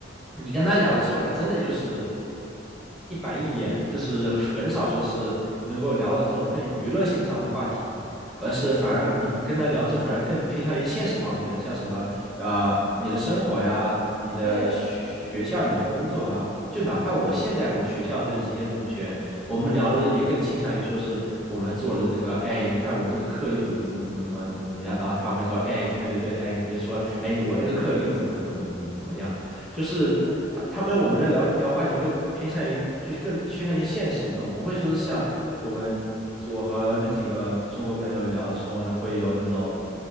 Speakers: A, in the centre; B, on the right.
A: 你跟他聊的时候，他真的就是一板一眼，就是很少说是能够聊到这种更娱乐性上的话题，而是反而你跟他聊的时候，反而更偏向于现实方面的，像什么呃你的生活呀、你的学学校、
B: 对，
A: 你的工作啊，就哪怕我现在我学校那几些同学。我们聊的也更倾向于说是我们做的这个，哎，你看我们这个课又怎么怎么怎么怎么怎么怎么样，然后他会说，哎，对对对，哎，你别说了，哎，我那个课又怎么怎么怎么怎么怎么样，就是他他们我们的聊聊话题会偏向于就是更趋向于现实这种，
B: 嗯哼，
A: 不会说是像我们我和那几个中国朋友聊的时候呢，会有那种。